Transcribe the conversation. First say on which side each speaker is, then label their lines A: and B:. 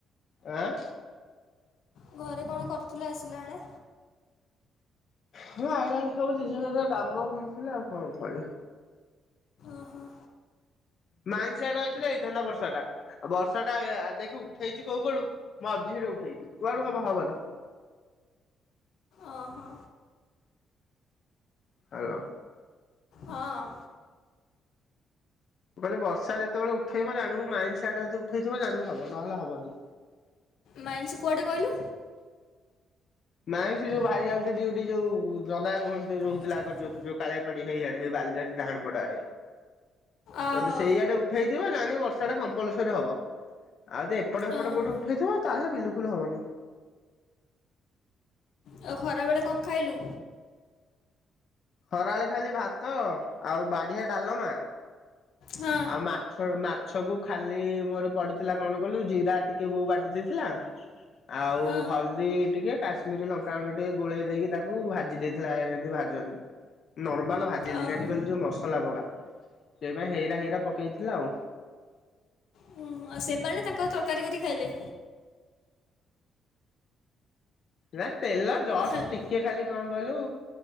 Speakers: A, on the left (about 55°); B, on the left (about 80°).
A: ଆଁ।
B: ଘରେ କଣ କରୁଥିଲେ ଆସିଲା ବେଳେ?
A: ମୁଁ ଆଇଲା ସବୁ ଦିନିସ ପତ୍ରର କାମ କରୁଥିଲେ ଆଉ କଣ କରିବେ।
B: ଓହୋ।
A: ମାଇନ୍ସ ଆଡୁ ଆଇଥିଲେ ହେଇଥାନ୍ତା ବର୍ଷା ଟା। ଆଉ ବର୍ଷା ଟା ଦେଖେ ଉଠେଇଛି କୋଉପଟୁ ମୋ ମଝିରେ ଉଠେଇଛି କୁଆଡୁ ହବ ହବନି।
B: ଓ ହୋ।
A: ହାଲୋ।
B: ହଁ‌।
A: କହିଲେ ବର୍ଷା ଯେତେବେଳେ ଉଠେଇବ ଜାଣିବୁ ମାଇନ୍ସ ଆଡୁ ଯଦି ଉଠେଇଥିବ ଜାଣିବୁ ହବ। ନହେଲେ ହବନି।
B: ମାଇନ୍ସ କୁଆଡ଼େ କହିଲୁ।
A: ମାଇନ୍ସି ସେ ଯୋଉ ଭାଇ ଯାଉଛି ଡ୍ୟୁଟି ଯୋଉ ଦଦା ରୁହନ୍ତି
B: କାଲି
A: ରହୁଥିଲା
B: ଛାଡ଼ିଯିବ।
A: ଆଗୁରୁ ଯୋଉଠି ଯୋଉ କାଳିଆ ପାଡି ହେଇଆଡେ ହେଇ ବାଲଝାଟି ଡାହାଣ ପଟ ଆଡେ
B: ଓହୋ
A: ଯଦି ସେଇଆଡୁ ଉଠେଇଥିବ ଜାଣିକି ବର୍ଷା ଟା କମ୍ପଲସରି ହବ। ଆଉ ଯଦି ଏପଟ ହେପଟ
B: ଓହୋ
A: କୋଉଠୁ ଉଠେଇଥିବ ତାହାଲେ ବିଲକୁଲ ହବନି।
B: ଆଉ ଖରା ବେଳେ କଁ ଖାଇଲୁ?
A: ଖରାବେଳେ ଖାଇଲି ଭାତ ଆଉ ବାଢିଆ ଡାଲମା।
B: ହଁ
A: ଆଉ ମା ଛ ମାଛକୁ ଖାଲି ମୋର ପଡିଥିଲା କଣ କହିଲୁ ଜିରା ଟିକେ ବୋଉ ବାଟି ଦେଇଥିଲା। ଆଉ
B: ହଁ
A: ହଳଦୀ ଟିକେ କାଶ୍ମୀର ଲଙ୍କା ଗୁଣ୍ଡ ଟିକେ ଗୋଳେଇ ଦେଇକି ତାକୁ ଭାଜି ଦେଇଥେଲା ଯେନ୍ତୀ ଭା ଜନ୍ତି ନର୍ମାଲ ଭାଜିଲିନି
B: ଓହୋ।
A: ଆଜି କହିଲି ଯୋଉ ମସଲା ପକା ସେଇ ପାଇଁ ହେଇରା ହେଇ ରା ପକେଇଥିଲା ଆଉ।
B: ଉଁ, ଆଉ ସେମାନେ ତାଙ୍କର ତରକାରୀ କରିକି ଖାଇଲେ?
A: ନାଇଁ ତେଲ ଜଷ୍ଟ
B: ହାଲ୍-
A: ଟିକେ ଖାଲି କଣ କହିଲୁ